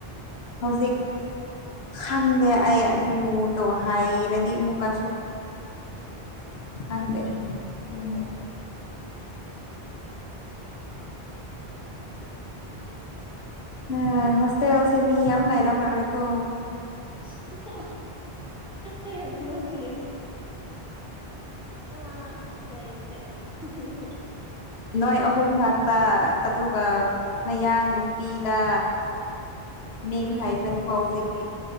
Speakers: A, on the left; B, in the centre.
A: ꯍꯧꯖꯤꯛ ꯈꯪꯗꯦ ꯑꯩ ꯑꯗꯨꯗꯣ ꯍꯥꯏꯔꯗꯤ ꯑꯃꯨꯛ ꯀꯁꯨ ꯈꯪꯗꯦ
B: ꯑꯣ
A: ꯗꯨꯝ
B: ꯑꯣ ꯑꯣ
A: ꯑꯥ ꯍꯣꯁꯇꯦꯜꯁꯦ ꯃꯤ ꯌꯥꯝ ꯂꯩꯔꯝꯃꯔꯣꯏꯀꯣ
B: ꯁꯤ ꯍꯥꯍ ꯑꯩ ꯑꯝ ꯅꯣꯛꯈꯤꯒꯦꯀꯣ ꯑꯥ ꯂꯩꯥꯇꯦ ꯍꯝꯍꯝꯍ
A: ꯅꯣꯏ
B: ꯍ
A: ꯑꯍꯨꯝ ꯈꯛꯇ ꯑꯗꯨꯒ ꯃꯌꯥꯡ ꯅꯨꯄꯤꯗ ꯃꯤꯡ
B: ꯎꯝ
A: ꯍꯥꯏꯈ꯭ꯔꯅꯨꯀꯣ ꯍꯧꯖꯤꯛꯇꯤ